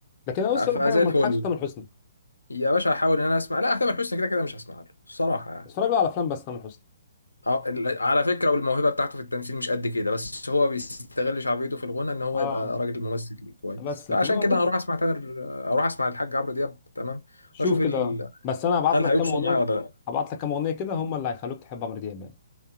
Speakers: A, on the left; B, on the left.
A: لكن انا بص
B: فزي
A: اقول لك حاجه أنا
B: الفل
A: ما تضحكش تامر حسني
B: يا باشا هحاول ان انا اسمع لا تامر حسني كده كده مش هسمع له الصراحه يعني
A: اتفرج له على افلام بس تامر حسني
B: اه ال- على فكره والموهبه بتاعته في التمثيل مش قد كده بس هو بيستغل شعبيته في الغنى ان هو
A: اه
B: يبقى راجل ممثل كويس
A: بس
B: فعشان
A: لكن هو
B: كده
A: ممكن
B: هروح اسمع تامر اروح اسمع الحاج عمرو دياب تمام
A: شوف
B: واشوف ال...
A: كده بس انا هبعت
B: هل
A: لك
B: هيقصر
A: كام اغنيه
B: معايا ولا لا
A: هبعت لك كام اغنيه كده هم اللي هيخلوك تحب عمرو دياب يعني